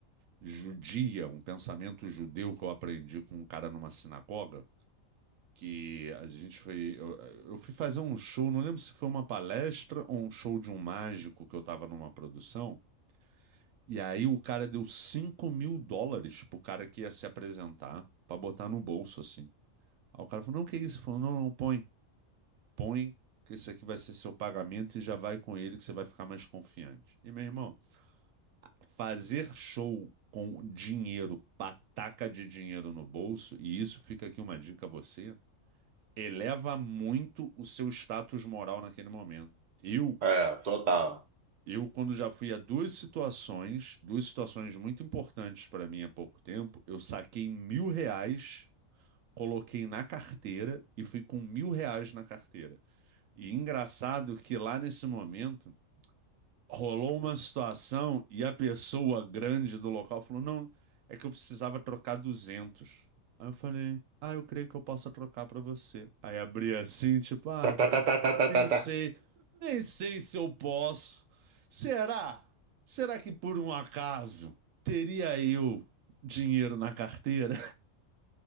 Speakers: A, on the right; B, on the right.
A: judia, um pensamento judeu que eu aprendi com um cara numa sinagoga, que a gente foi. Eu, eu fui fazer um show, não lembro se foi uma palestra ou um show de um mágico que eu tava numa produção. E aí o cara deu cinco mil dólares pro cara que ia se apresentar, pra botar no bolso, assim. Aí o cara falou: não, que isso? Ele Falou: não, não, põe põe que esse aqui vai ser seu pagamento e já vai com ele que você vai ficar mais confiante. E, meu irmão, fazer show com dinheiro, pataca de dinheiro no bolso, e isso fica aqui uma dica a você, eleva muito o seu status moral naquele momento. Eu,
B: é, total.
A: eu quando já fui a duas situações, duas situações muito importantes para mim há pouco tempo, eu saquei mil reais coloquei na carteira e fui com mil reais na carteira. E engraçado que lá nesse momento rolou uma situação e a pessoa grande do local falou: Não, é que eu precisava trocar duzentos Aí eu falei: Ah, eu creio que eu possa trocar pra você. Aí abri assim, tipo: Ah,
B: Tá, tá, tá, tá, tá, tá,
A: nem
B: tá, tá.
A: sei, nem sei se eu posso. Será? Será que por um acaso teria eu dinheiro na carteira?